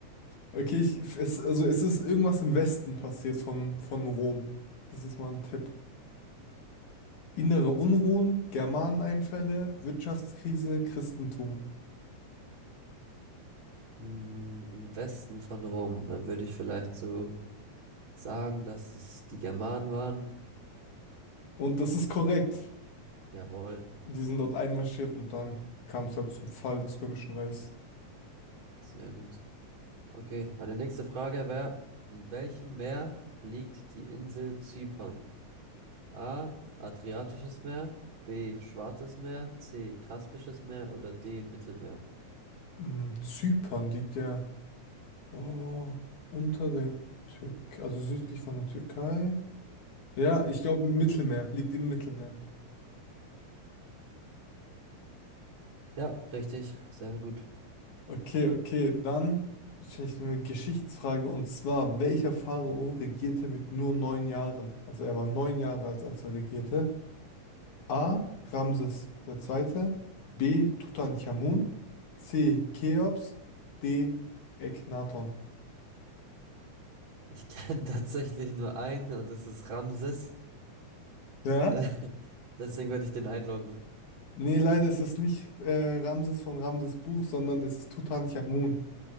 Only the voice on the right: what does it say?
Hm, Im Westen von Rom, da würde ich vielleicht so sagen, dass es die Germanen waren.
Jawohl,
sehr gut. Okay, meine nächste Frage wäre, in welchem Meer liegt die Insel Zypern? A. Adriatisches Meer, B. Schwarzes Meer, C. Kaspisches Meer oder D. Mittelmeer?
Ja, richtig, sehr gut.
Ich kenne <laughs> tatsächlich nur einen und das ist Ramses.
Äh, <laughs> Deswegen würde ich den einloggen.